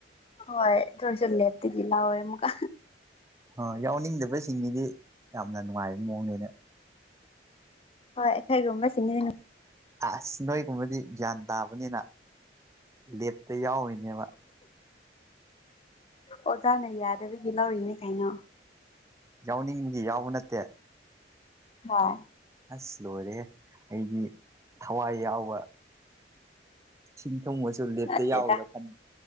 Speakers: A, on the left; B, on the right.
A: ꯍꯣꯏ ꯆꯠꯁꯤ ꯂꯦꯞꯇꯒꯤ ꯂꯑꯣꯣꯏꯦ ꯑꯃꯀ
B: ꯑ ꯌꯥꯎꯅꯤꯡꯗꯕꯁꯤꯡꯅꯤꯗꯤ ꯌꯥꯝꯅ ꯅꯨꯡꯉꯥꯏꯕ ꯃꯑꯣꯡꯅꯦꯅꯦ
A: ꯑꯩꯈꯩꯒꯣꯒꯕ ꯁꯤꯁꯤꯡꯅꯤ
B: ꯑꯁ ꯅꯣꯏꯒꯨꯝꯕꯗꯤ ꯒ꯭ꯌꯥꯟ ꯇꯥꯕꯅꯤꯅ ꯂꯦꯞꯇ ꯌꯥꯎꯔꯤꯅꯦꯕ
A: ꯑꯣꯖꯥꯅ ꯌꯥꯗꯕꯒꯤ ꯂꯧꯔꯤꯅꯤ ꯀꯩꯅꯣ
B: ꯌꯥꯎꯅꯤꯡꯕꯗꯤ ꯌꯥꯎꯕ ꯅꯠꯇꯦ
A: ꯍꯥꯥ
B: ꯑꯁ ꯂꯣꯏꯔꯦ ꯑꯩꯒꯤ ꯊꯋꯥꯏ ꯌꯥꯎꯕ ꯁꯤꯁꯤꯡ ꯊꯣꯡꯕꯁꯨ ꯂꯦꯞꯇ
A: ꯅꯠꯇꯦꯗ
B: ꯌꯥꯎꯋꯦꯔ ꯈꯟꯕ